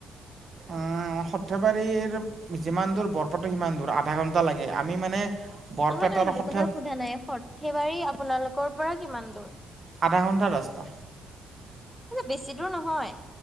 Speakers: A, on the right; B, in the centre.
A: অ' সৰ্থেবাৰী যিমান দূৰ বৰপেটা সিমান দূৰ আধা ঘন্টা লাগে। আমি, মানে বৰপেটাৰ
B: নহয়, নহয় সেইটো
A: সৰ্থে
B: কথা সোধা নাই। সৰ্থেবাৰী আপোনালোকৰ পৰা কিমান দূৰ?
A: আধা ঘণ্টা ৰাস্তা।
B: মানে বেছি দূৰ নহয়।